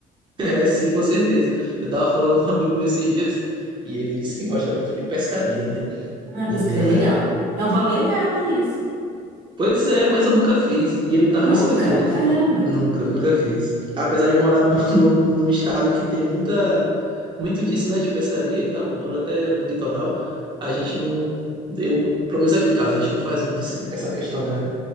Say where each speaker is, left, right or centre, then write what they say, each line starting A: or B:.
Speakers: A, on the right; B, on the right.
A: é sim, com certeza. Eu tava falando com um amigo meu esses dias e ele disse que gosta muito de pescaria, né?
B: Ah,
A: E
B: pescar
A: a
B: é legal. É um hobby legal, hein, esse?
A: Pois é, mas eu nunca fiz. E ele tava
B: Nunca?
A: me explicando,
B: Caramba.
A: fofa. Nunca, nunca fiz. Apesar de eu morar num, <laughs> num, num estado que tem muita, muito disso, né, de pescaria e tal, moro até no litoral, a gente não, eu, pelo menos aqui em casa, a gente não faz muito esse- essa questão da,